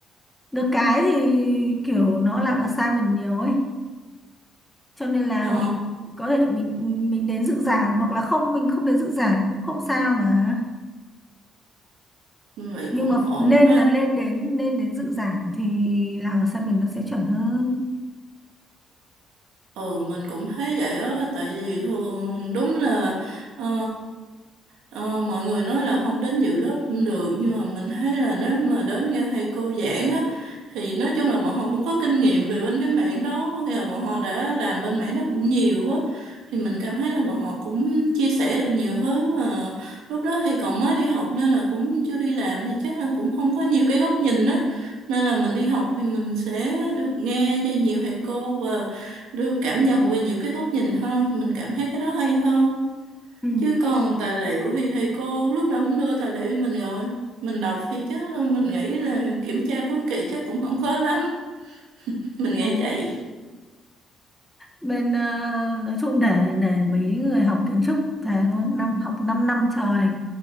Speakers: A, in the centre; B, on the right (about 85°).
A: được cái thì kiểu nó làm assignment nhiều ấy cho nên là
B: ồ
A: mình có thể mình mình đến dự giảng hoặc là không mình không đến dự giảng cũng không sao mà
B: vậy
A: nhưng
B: cũng
A: mà
B: ổn
A: nên
B: ha
A: là lên đến lên đến dự giảng thì làm assignment nó sẽ chuẩn hơn
B: Ừ mình cũng thấy vậy á tại vì thường đúng là ờ, ờ, mọi người nói là không đến dự lớp không được nhưng mà mình thấy là nếu mà đến nghe thầy cô giảng á thì nói chung là bọn họ cũng có kinh nghiệm về bên cái mảng đó có nghĩa là bọn họ đã làm bên mảng đó cũng nhiều á thì mình cảm thấy là bọn họ cũng chia sẻ được nhiều thứ mà lúc đó thì còn mới đi học nên là cũng chưa đi làm thì chắc là cũng không có nhiều cái góc nhìn á nên là mình đi học thì mình sẽ được nghe cho nhiều thầy cô đưa cảm nhận về nhiều cái góc nhìn hơn mình cảm thấy cái đó hay hơn
A: Ừ.
B: chứ còn tài liệu thì thầy cô lúc nào cũng đưa tài liệu cho mình rồi mình đọc thì chắc là mình nghĩ là kiểm tra cuối kỳ chắc cũng không khó lắm mình nghĩ
A: ừ.
B: vậy
A: bên ờ, nói chung để để mấy người học kiến trúc thề luôn năm học 5 năm năm trời